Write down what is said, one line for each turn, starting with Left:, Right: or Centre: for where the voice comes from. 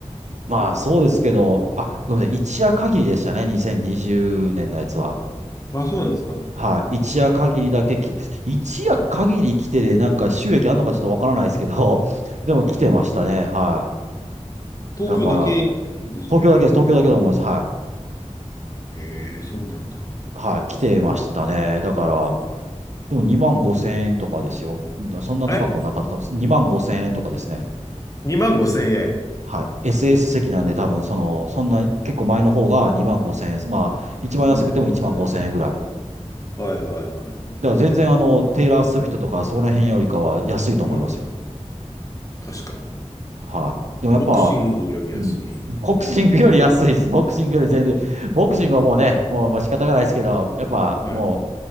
Right: まあそうですけど、あ、ごめんなさい。一夜限りでしたね。2020年のやつは。
Left: あ、そうなんですか。
Right: はい、一夜限りだけき、一夜限り来てで、なんか収益あるのかちょっとわからないですけど、<laughs> でも来てましたね。
Left: うん。
Right: はい。
Left: 東京だけですかね。
Right: だから、東京だけです。東京だけだと思います。はい。
Left: ええ、そうなんだ。
Right: はい。来てましたね。だから、でも2万5千円とかですよ。だそんな高くはなかったです。
Left: え
Right: 2万5千円とかですね。
Left: ?2 万5 0円。
Right: はい。SS 席なんで多分、その、そんな、結構前の方が2万5千円。まあ、一番安くても1万5千円ぐらい。
Left: うーん。はいはいはいはい。
Right: だから全然あの、テイラー・スウィフトとかそこら辺よりかは安いと思いますよ。
Left: うん。確かに。
Right: はい。でもやっぱ、
Left: ボクシングより安い。
Right: うん。ボクシングより安いです。
Left: うん。
Right: ボクシングより全然。ボクシングはもうね、もうまあ仕方がないですけど、やっぱもう、
Left: はい。